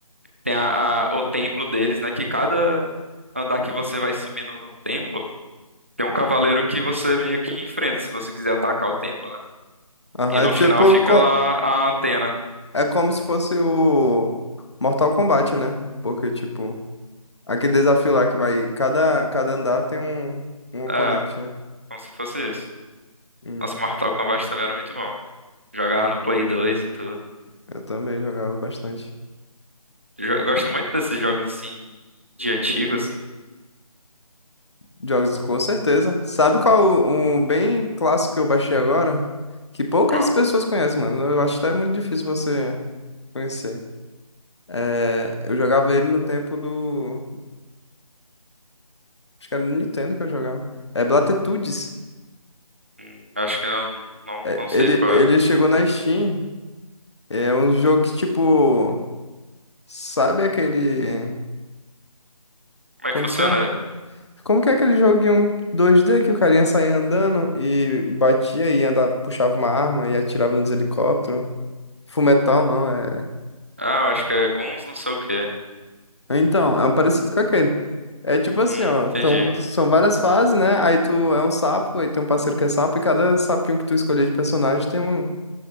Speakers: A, on the right; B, on the left.
A: Tem a, a- o templo deles, né? Que cada andar que você vai subindo no templo, tem um cavaleiro que você meio que enfrenta se você quiser atacar o templo, né?
B: Aham,
A: E no
B: é tipo,
A: final fica
B: co-
A: lá a antena.
B: é como se fosse o Mortal Kombat, né? Porque, tipo, aquele desafio lá que vai, cada, cada andar tem um, um oponente,
A: É,
B: né?
A: como se fosse isso.
B: Hum,
A: Nossa, Mortal Kombat também era muito bom. Jogava no Play dois e tudo.
B: eu também jogava bastante.
A: Jo- Gosto muito desses jogos assim, de antigo, assim.
B: Jogos, com certeza. Sabe qual um bem clássico que eu baixei agora? Que poucas
A: Qual?
B: pessoas conhecem, mano. Eu acho até muito difícil você conhecer. É, eu jogava ele no tempo do. Acho que era no Nintendo que eu jogava. É Blatitudes.
A: Hum, acho que eu não, não,
B: É,
A: não sei
B: ele,
A: qual
B: ele
A: é.
B: chegou na Steam. É um jogo que, tipo. Sabe aquele.
A: Como
B: Como
A: é que funciona
B: que é?
A: ele?
B: Como que é aquele joguinho 2D que o carinha saía andando e batia e andava, puxava uma arma e atirava nos helicópteros? Fullmetal não, é.
A: Ah, eu acho que é Guns não sei o quê.
B: Então, é um parecido com aquele. É tipo assim,
A: Hum,
B: ó.
A: entendi.
B: Então, são várias fases, né? Aí tu é um sapo, aí tem um parceiro que é sapo, e cada sapinho que tu escolher de personagem tem um,